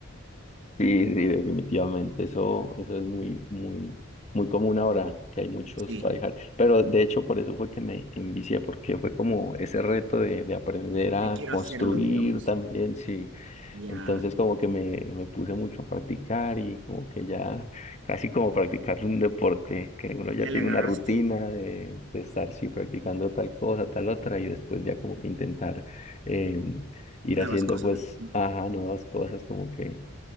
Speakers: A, on the left; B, on the right.
A: Sí, sí, definitivamente. Eso, eso es muy, muy, muy común ahora, que hay muchos
B: Sí,
A: tryhard. Pero de hecho, por eso fue que me envicié, porque fue como ese reto de, de aprender
B: de
A: a
B: quiero
A: construir
B: hacerlo, digamos.
A: también, sí.
B: Ya,
A: Entonces, como que me, me puse mucho a practicar y como que ya, casi como practicar un deporte, que uno ya
B: ya
A: tiene
B: le agarraste
A: una rutina de, de estar, sí, practicando tal cosa, tal otra, y después ya como que intentar eh, ir
B: nuevas
A: haciendo,
B: cosas.
A: pues,
B: ¿no?
A: ajá, nuevas cosas, como que